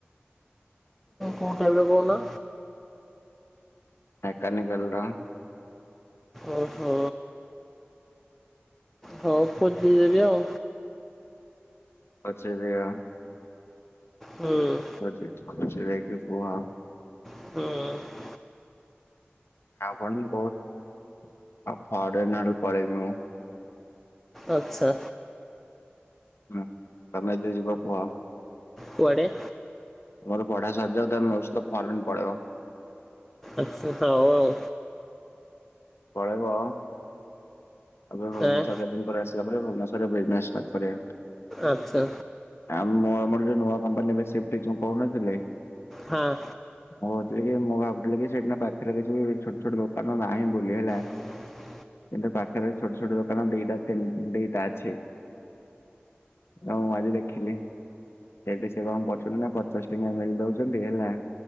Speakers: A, in the centre; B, on the left.
A: କୋଉ ଟାଇପର କହୁନ?
B: ମେକାନିକାଲ ର।
A: ଓହୋ। ହଉ ଖୋଜି ଦେବି ଆଉ।
B: ଖୋଜିଦିଅ।
A: ହୁଁ।
B: <unintelligible> ଖୋଜି ଦେଇକି କୁହ।
A: ହଁ।
B: ପଣ ବହୁତ ଫରେନ ଆରକୁ ପଳେଇବି ମୁଁ।
A: ଆଛା।
B: ହୁଁ ତମେ ଯଦି ଯିବ କୁହ।
A: କୁଆଡେ?
B: ମୋର ପଢା ସରି ଯାଉ ତାପରେ ମୋ ସହିତ ଫରେନ୍ ପଳେଇବ।
A: ଆଛା ହଁଉ ଆଉ।
B: ପଳେଇବ ଆ ଭୁବନେଶ୍ଵର
A: ଆଁ
B: କେତେ ଦିନ ପରେ ଆସିଲା ପରେ ଭୁବନେଶ୍ୱରରେ ବିଜନେସ ଷ୍ଟାର୍ଟ କରିବା।
A: ଆଛା।
B: ଆ ମୁଁ ଆମର ଯୋଉ ନୂଆ କମ୍ପାନୀ ଏବେ ସିଫ୍ଟ ହେଇଛି ମୁଁ କହୁନଥିଲି
A: ହଁ।
B: ମୁଁ କହୁଥିଲି କି ମୁଁ ଭାବୁଥିଲି କି ସେଇଠି ପାଖରେ କିଛି ଛୋଟ ଛୋଟ ଦୋକାନ ନାହିଁ ବୁଲି ହେଲା।
A: <inaudible>
B: କିନ୍ନ୍ତୁ ପାଖରେ ଛୋଟ ଛୋଟ ଦୋକାନ ଦିଟା ତିନ ଦିଟା ଅଛି। ହ ମୁଁ ଆଜି ଦେଖିଲି। ସେଠି ସେ କଣ କରଛୁ ନା ପଚାଶ ଟଙ୍କା ମିଲ ଦଉଛନ୍ତି ହେଲା।